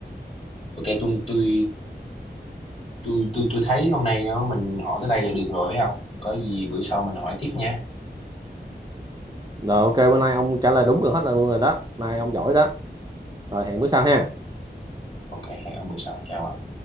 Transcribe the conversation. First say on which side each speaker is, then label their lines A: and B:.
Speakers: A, on the left; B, on the right.
A: ok tôi tôi tôi tôi tôi thấy hôm nay á, mình hỏi tới đây là được rồi thấy không có gì bữa sau mình hỏi tiếp nha
B: rồi ok bữa nay ông trả lời đúng rồi hết luôn rồi đó nay ông giỏi đó rồi hẹn bữa sau ha
A: ok hẹn ông bữa sau chào ông